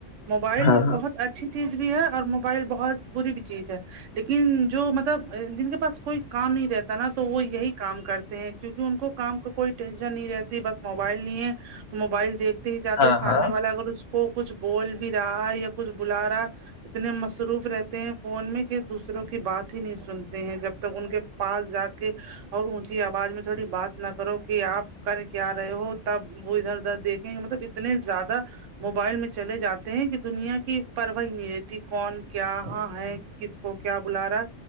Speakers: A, on the right; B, on the left.
A: موبائل
B: ہاں ہاں
A: بہت اچھا اچھی چیز بھی ہے اور موبائل بہت بری بھی چیز ہے لیکن جو مطلب جن کے پاس کوئی کام نہیں رہتا نا تو وہ یہی کام کرتے ہیں کیونکہ ان کو کام کا کوئی ٹینشن نہیں رہتی بس موبائل نہیں ہے تو موبائل دیکتے ہی جاتتے
B: ہاں
A: سامنے
B: ہاں
A: والا اگر اس کو کچھ بول بھی رہا ہے یا کچھ بلا رہا اتنے مصروف رہتے ہیں فون میں کہ دوسروں کی بات ہی نہیں سنتے ہیں جب تک ان کے پاس جا کے اور اونچی آواز میں تھوڑی بات نہ کرو کہ آپ کریں کیا رہے ہو تب وہ ادھر ادھر دیکھیں گے مطلب اتنے زیادہ موبائل میں چلے جاتے ہیں کہ دنیا کی پروہ ہی نہیں رہتی کون کہاں ہے کس کو کیا بلا رہا